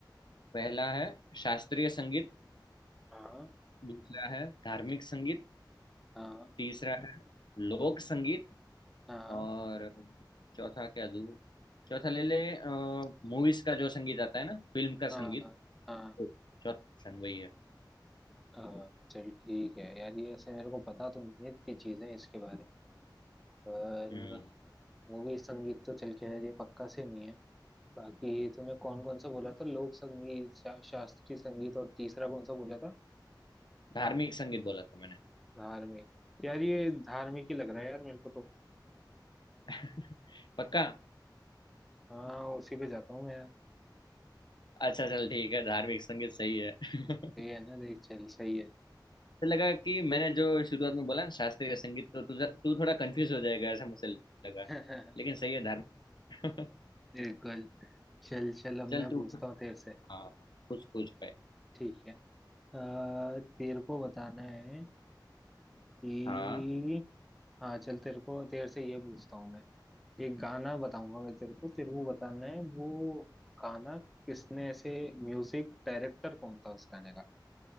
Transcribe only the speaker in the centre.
हाँ
हाँ
हाँ
हाँ
हाँ हाँ
हाँ। चल ठीक है यार ये ऐसे मेरे को पता तो नहीं है इतनी चीजें इसके बारे में पर
मूवी संगीत तो चल के यार ये पक्का से नहीं है बाकी तुमने कौन कौन सा बोला था लोक संगीत शा, शास्त्रीय संगीत और तीसरा कौन सा बोला था
धार्मिक यार ये धार्मिक ही लग रहा है यार मेरे को तो
हाँ उसी पे जाता हूँ मैं यार
सही है ना देख चल सही है
<laughs>
बिल्कुल चल
चल अब
मैं
पूछता
हूँ तेरे से
ठीक है अ, तेरे को बताना है कि
हाँ चल तेरे को तेरे से ये पूछता हूँ मैं एक गाना बताऊंगा मैं तेरे को तेरे को बताना है वो गाना किसने ऐसे म्यूजिक डायरेक्टर कौन था उस गाने का